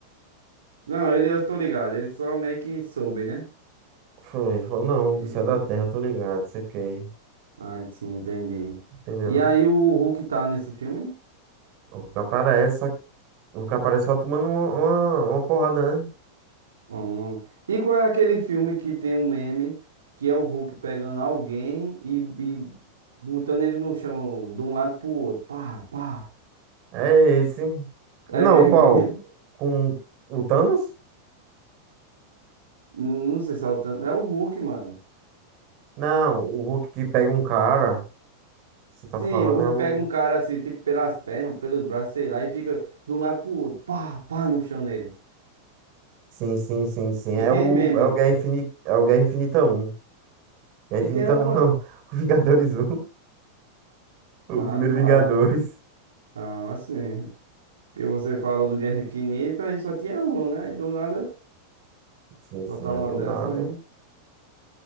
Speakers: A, on the right (about 65°); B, on the right (about 40°).
A: Não, ele, eu tô ligado, ele só meio que soube, né?
B: Foi, ele falou, não,
A: Que...
B: você é da Terra, eu tô ligado, sei o que.
A: Ah, sim, entendi.
B: Entendeu,
A: E aí
B: né?
A: o Hulk tá nesse filme?
B: O que aparece, só, o que aparece é só tomando uma, uma, uma porrada, né?
A: Hum. E qual é aquele filme que tem um meme que é o Hulk pegando alguém e, e botando ele no chão de um lado pro outro? Pá, pá.
B: É esse. Não,
A: É a Guerra
B: qual?
A: Infinita?
B: Com o Thanos?
A: Não sei se é o tanto. É o Hulk, mano.
B: Não, o Hulk que pega um cara. Você tá
A: Sim,
B: falando
A: o Hulk
B: é o.
A: pega um cara assim, tipo, pelas pernas, pelos braços, sei lá, e fica de um lado pro outro, pá, pá, no chão nele.
B: Sim, sim, sim, sim.
A: Que
B: É
A: tem
B: o,
A: meme.
B: é o Guerra Infinita, é o Guerra Infinita um Guerra
A: E
B: Infinita
A: tem um
B: um
A: quanto?
B: não. <laughs> O Vingadores um O
A: Ah,
B: primeiro
A: tá.
B: Vingadores.
A: Ah, sim. Porque você falou do Guerra Infinita e só tinha um, né? E do nada,
B: Sim,
A: só
B: sim,
A: tá uma
B: aí deu
A: dessa
B: nada.
A: aí.